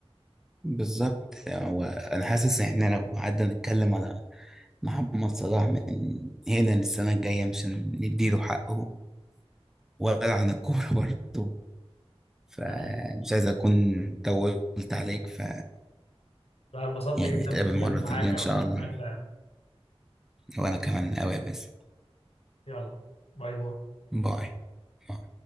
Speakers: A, in the centre; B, on the left.
A: بالظبط هو انا حاسس ان احنا لو قعدنا نتكلم على محمد صلاح من هنا للسنه الجايه مش هنديله حقه ولا عن الكوره <laughs> برضه فمش
B: يعني
A: عايز اكون طولت عليك ف
B: أنا انبسطت
A: يعني
B: جدا
A: نتقابل
B: بالكلام
A: مره
B: معاك
A: تانية ان
B: يا
A: شاء
B: عبد الرحمن
A: الله
B: فعلا
A: وانا كمان قوي بس
B: يلا باي باي
A: باي باي.